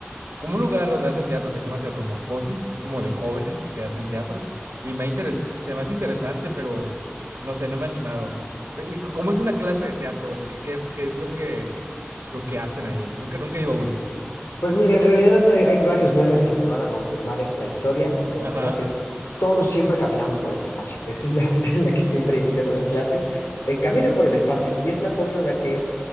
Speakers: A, on the right (about 85°); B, on the left (about 80°).
A: como un lugar donde hacen teatro que se llama Teatro Morfosis, es como de jóvenes que hacen teatro, y me ha interes- se me hace interesante, pero no sé, no me ha animado. Pe- y c- cómo es una clase de teatro, o sea, ¿qué, qué es, qué es lo que, lo que hacen ahí? Nunca, nunca he ido a una.
B: Pues mira, en realidad hay, hay varios memes que te van a confirmar esta historia que te voy
A: Ajá,
B: a contar, que es todos siempre caminamos por el espacio. Esa es la <laughs> manera en la que siempre iniciamos las clases, de caminen por el espacio. Y es la forma en la que